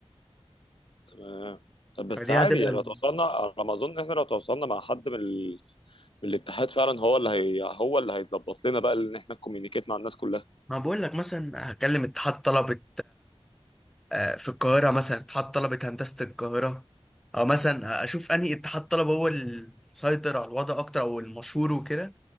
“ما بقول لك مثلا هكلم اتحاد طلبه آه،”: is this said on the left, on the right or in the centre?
Centre